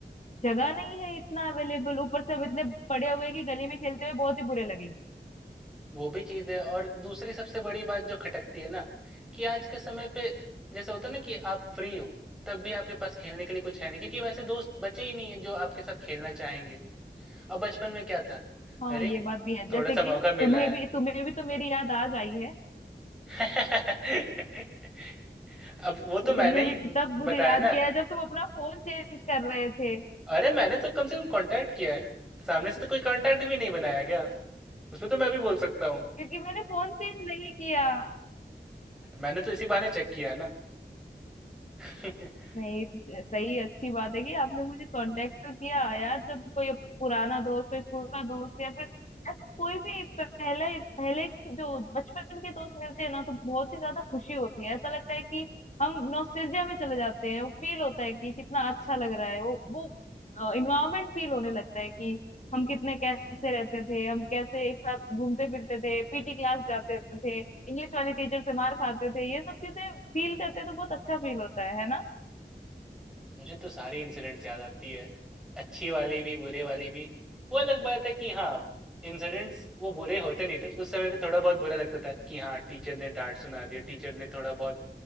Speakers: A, on the left (about 40°); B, in the centre.
A: जगह नहीं है इतना अवेलेबल ऊपर से अब इतने बड़े हो गए कि गली में खेलते हुए बहुत ही बुरे लगेंगे
B: वो भी चीज़ है और दूसरी सबसे बड़ी बात जो खटकती है ना कि आज के समय पे जैसे होता है ना कि आप फ्री हो तब भी आपके पास खेलने के लिए कुछ है नहीं क्योंकि वैसे दोस्त बचे ही नहीं है जो आपके साथ खेलना चाहेंगे अब बचपन में क्या था
A: हाँ
B: अरे
A: ये बात भी है
B: थोड़ा
A: जैसे
B: सा
A: कि
B: मौका
A: तुम्हें
B: मिला है
A: भी तुम्हें भी तो मेरी याद आज आई है
B: <laughs> अब वो
A: तो
B: तो मैंने
A: तुमने
B: ही
A: भी तब मुझे
B: बताया
A: याद
B: ना
A: किया है जब तुम अपना फोन चेंज कर रहे थे
B: अरे मैंने तो कम से कम कांटेक्ट किया है सामने से तो कोई कांटेक्ट भी नहीं बनाया गया उस पर तो मैं भी बोल सकता हूँ
A: क्योंकि मैंने फोन चेंज नहीं किया
B: मैंने तो इसी बहाने चेक किया है ना <laughs>
A: नहीं सही अच्छी बात है कि आपने मुझे कांटेक्ट तो किया यार जब कोई पुराना दोस्त हो स्कूल का दोस्त या फिर यार कोई भी पहले पहले जो बचपन के दोस्त मिलते हैं ना तो बहुत ही ज्यादा खुशी होती है ऐसा लगता है कि हम नॉस्टैल्जिया में चले जाते हैं वो फील होता है कि कितना अच्छा लग रहा है वो वो इन्वायरमेंट फील होने लगता है कि हम कितने कैसे रहते थे हम कैसे एक साथ घूमते फिरते थे पीटी क्लास जाते थे इंग्लिश वाली टीचर से मार खाते थे ये सब चीजें फील करते तो बहुत अच्छा फील होता है है ना
B: मुझे तो सारी इंसिडेंट्स याद आती है अच्छी वाली भी बुरे वाली भी वो अलग बात है कि हाँ इंसिडेंट्स वो बुरे होते नहीं थे उस समय पे थोड़ा बहुत बुरा लगता था कि हाँ टीचर ने डांट सुना दिया टीचर ने थोड़ा बहुत